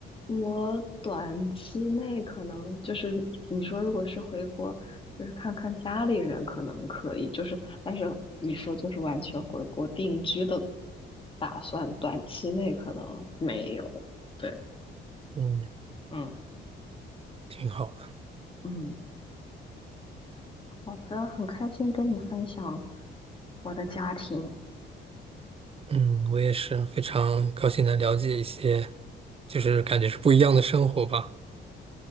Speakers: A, on the left (about 25°); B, on the right (about 30°).
A: 我短期内可能就是你说，如果是回国，就是看看家里人，可能可以。就是，但是你说就是完全回国定居的打算，短期内可能没有。对，
B: 嗯，
A: 嗯
B: 挺好的。
A: 嗯，好的，很开心跟你分享我的家庭。
B: 嗯，我也是非常高兴能了解一些，就是感觉是不一样的生活吧。